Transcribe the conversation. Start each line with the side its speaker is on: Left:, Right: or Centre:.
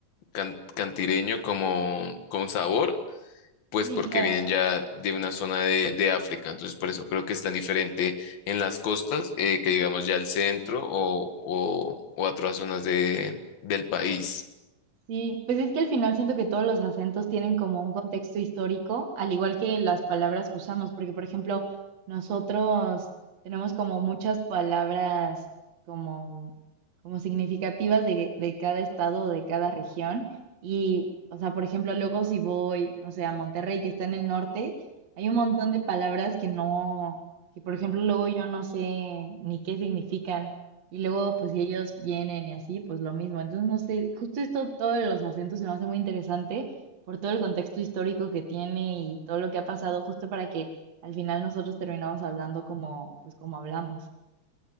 Left: can- cantireño como con sabor, pues
Right: Sí,
Left: porque
Right: claro.
Left: vienen ya de una zona de, de África. Entonces, por eso creo que es tan diferente en las costas eh, que digamos ya el centro o, o, o otras zonas de, del país.
Right: Sí, pues es que al final siento que todos los acentos tienen como un contexto histórico, al igual que las palabras que usamos, porque por ejemplo, nosotros tenemos como muchas palabras como, como significativas de, de cada estado o de cada región. Y, o sea, por ejemplo, luego si voy, no sé, a Monterrey, que está en el norte, hay un montón de palabras que no, que por ejemplo, luego yo no sé ni qué significan. Y luego, pues si ellos vienen y así, pues lo mismo. Entonces, no sé, justo esto, todos los acentos se me hace muy interesante por todo el contexto histórico que tiene y todo lo que ha pasado, justo para que al final nosotros terminamos hablando como, pues como hablamos.